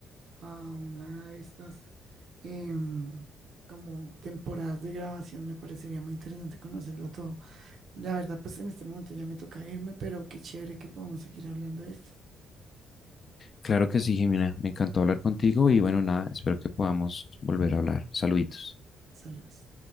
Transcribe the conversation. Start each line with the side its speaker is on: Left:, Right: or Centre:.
Right: a una de estas em, como temporadas de grabación. Me parecería muy interesante conocerlo todo. La verdad, pues en este momento ya me toca irme, pero qué chévere que podamos seguir hablando de esto.
Left: Claro que sí, Jimena. Me encantó hablar contigo y bueno, nada, espero que podamos volver a hablar. Saluditos.
Right: Saludos.